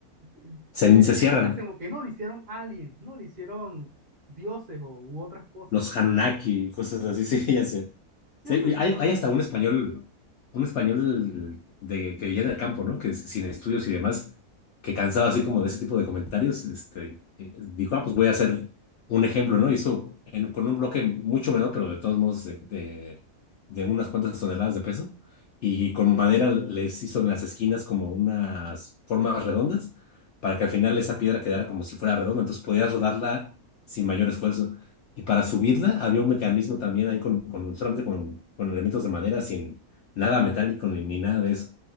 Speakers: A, on the right; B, on the left.
A: eh,
B: se,
A: quieren
B: se cierran.
A: decantarse como que no, le hicieron aliens, no, le hicieron dioses o, u otras cosas.
B: los Anunnaki, cosas así, <laughs> sí, ya sé.
A: Sí,
B: Sí,
A: efectivamente.
B: hay, hay hasta un español, un español de, que vivía en el campo, ¿no? Que es- sin estudios y demás, que cansado así como de ese tipo de comentarios, este, eh, dijo, ah, pues voy a hacer un ejemplo, ¿no? Hizo en- con un bloque mucho menor, pero de todos modos de, de, de unas cuantas toneladas de peso, y con madera les hizo en las esquinas como unas formas redondas, para que al final esa piedra quedara como si fuera redonda, entonces podías rodarla sin mayor esfuerzo. Y para subirla había un mecanismo también ahí con, con- solamente con, con elementos de madera, sin nada metálico ni, ni nada de eso.